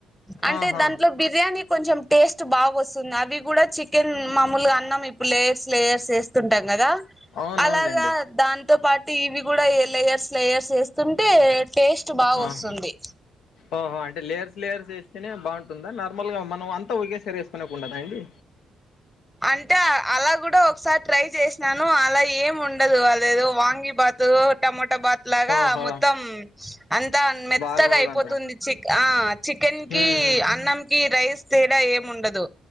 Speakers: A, in the centre; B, on the left (about 80°).
A: అంటే
B: ఆహా
A: దాంట్లో బిర్యానీ కొంచెం టేస్ట్ బాగోస్తు స్తుంది అవి కూడా చికెన్ మామూలుగా అన్నం ఇప్పుడు లేయర్స్ లేయర్స్ ఏస్ స్తుంటాం కదా
B: అవును
A: అలాగా
B: అవునులేండి
A: దాంతో పాట్ టీవీ కూడా ఏ లేయర్స్ లేయర్స్ ఏస్ అంటే టేస్ట్ బాగొస్తుంది
B: ఆహా ఓహో అంటే లేయర్స్ లేయర్స్ వేస్తేనే బాగుంటుందా నార్మల్గా మనం అంతా ఒకేసారి వేసుకునేకుండదా అండి
A: అంటే అలా కూడా ఒకసారి ట్రై చేసినాను అలా ఏమి ఉండదు అదేదో వాంగి బాతు టమోటా బాత్ లాగా
B: ఓహో
A: మొత్తం అంతా మెత్తగా
B: బాగోదంటారు
A: అయిపోతుంది చిక్ ఆ చికెన్ కి
B: ఉమ్ ఉమ్
A: అన్నంకి రైస్ తేడా ఏం ఉండదు